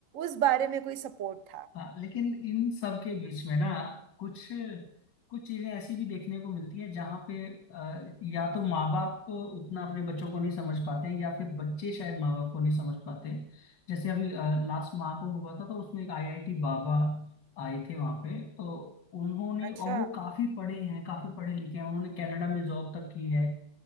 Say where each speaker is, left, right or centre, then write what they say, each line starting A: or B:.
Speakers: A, on the right; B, on the left.
A: उस बारे में कोई सपोर्ट था
B: हाँ लेकिन इन सब के बीच में ना कुछ कुछ चीजें ऐसी भी देखने को मिलती है जहाँ पे अ, या तो माँ बाप उतना अपने बच्चों को नहीं समझ पाते हैं या फिर बच्चे शायद माँ बाप को नहीं समझ पाते हैं जैसे अभी लास्ट माह को हुआ था तो उसमें एक आईआईटी बाबा आए थे वहाँ पे तो उन्होंने
A: अच्छा
B: और वो काफी पढ़े हैं काफी पढ़े लिखे हैं उन्होंने कनाडा में जॉब तक की है